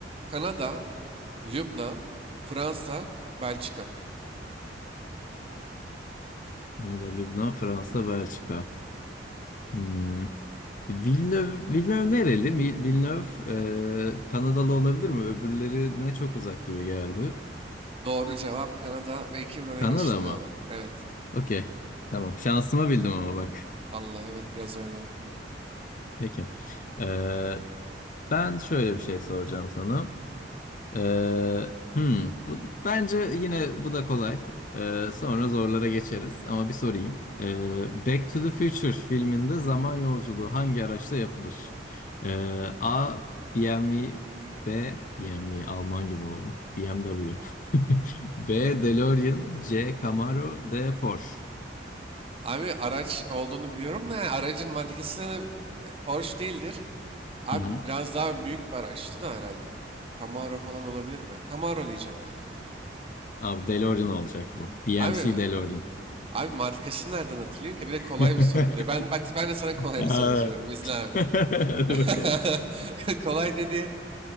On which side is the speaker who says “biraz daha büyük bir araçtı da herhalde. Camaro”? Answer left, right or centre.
Right